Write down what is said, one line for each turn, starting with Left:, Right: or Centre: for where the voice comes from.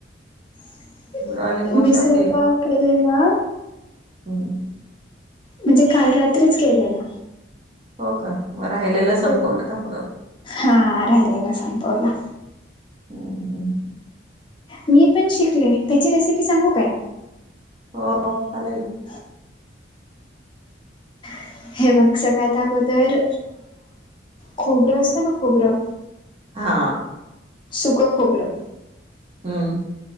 Left: <inaudible>
Right: डॉली मावशी
Left: मिसळ
Right: आपली
Left: पाव केलेला.
Right: हम्.
Left: म्हणजे काल रात्रीच केलेला.
Right: हो का? मग राहिलेला संपवलं
Left: तर
Right: का परत?
Left: हा राहिलेला संपवला.
Right: हम् हम्.
Left: मी पण शिकले, त्याची रेसिपी सांगू काय?
Right: हो चालेल.
Left: त <inaudible> हे बघ सगळ्यात अगोदर, खोबरं असतं ना खोबरं.
Right: हा
Left: सुख खोबरं
Right: हम